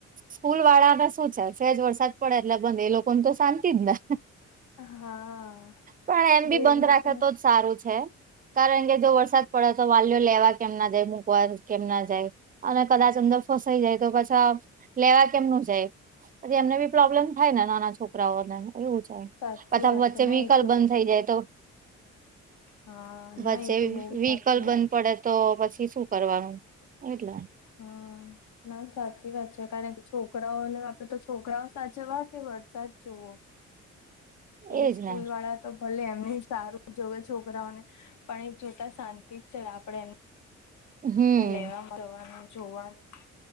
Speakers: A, on the right; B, on the left.
A: સ્કૂલ વાળાને શું છે શેજ વરસાદ પડે એટલે બંધ એ લોકો ને તો શાંતિ જ ને.
B: હા
A: પણ
B: એટલે
A: એમ બી બંધ
B: એ લોકોને
A: રાખ તો જ સારું છે કારણ કે જો વરસાદ પડે તો વાલીઓ લેવા કેમ ના જાય મૂકવા કેમ ના જાય અને કદાચ અંદર ફસાઈ જાય તો પાછા લેવા કેમનું જાય. પછી એમને બી પ્રોબ્લેમ થાય ને નાના છોકરાઓને એવું છે.
B: સાચી
A: પાછા
B: વાત
A: વચ્ચે
B: છે ના
A: વિહિકલ
B: એક જોતા
A: બંધ થઇ જાય તો
B: હા
A: વચ્ચે
B: ના એ તો બહુ
A: વ્હીકલ
B: સાચી
A: બંધ
B: વાત
A: પડે તો પછી શું કરવાનું એટલે.
B: હા ના સાચી વાત છે. કારણ કે છોકરાઓને આપડે તો છોકરાઓ સાચવવા કે વરસાદ જોવો. એટલે
A: એજ
B: સ્કૂલ
A: ને
B: વાળા તો ભલે એમને સારું જોવે છોકરાઓને પણ એક જોતા શાંતિ જ છે આપણે એમ.
A: હમ
B: એને લેવા જવાનું, જોવાનું